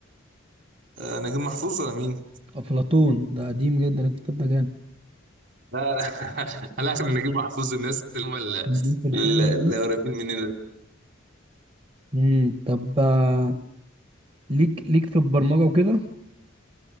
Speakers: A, on the right; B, on the right.
A: آه نجيب محفوظ ولا مين؟
B: أفلاطون ده قديم جدا الكتاب ده جامد
A: لا لا <laughs> على اخر نجيب محفوظ الناس اللي هم ال-
B: ليك في الحلو
A: ال- اللي قريبين مننا
B: امم طب آه، ليك ليك في البرمجة وكده